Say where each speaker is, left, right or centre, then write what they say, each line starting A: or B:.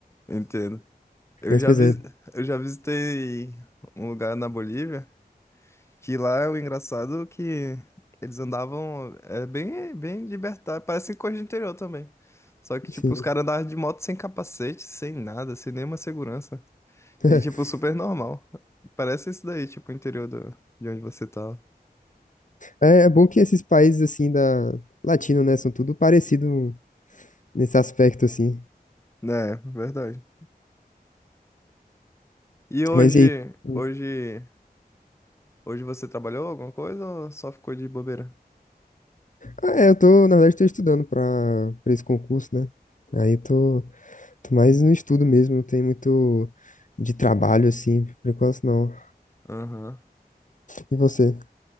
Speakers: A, on the left (about 15°); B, on the left (about 50°).
A: Entendo. Eu
B: Mas,
A: já,
B: pois
A: vis,
B: é,
A: eu já visitei um lugar na Bolívia que lá é o engraçado é que eles andavam é bem, bem libertário, parece coisa de interior também. Só que,
B: sim.
A: tipo, os caras andavam de moto sem capacete, sem nada, sem nenhuma segurança.
B: <laughs>
A: E, tipo, super normal. Parece isso daí, tipo, o interior do, de onde você tá.
B: É, é bom que esses países, assim, da... Latino, né? São tudo parecido nesse aspecto, assim.
A: É, verdade. E hoje,
B: Mas e aí? tu-
A: hoje, hoje você trabalhou alguma coisa ou só ficou de bobeira?
B: Ah, é, eu tô, na verdade, tô estudando pra, pra esse concurso, né? Aí tô, tô mais no estudo mesmo, não tem muito de trabalho, assim, por enquanto não.
A: Aham.
B: E você?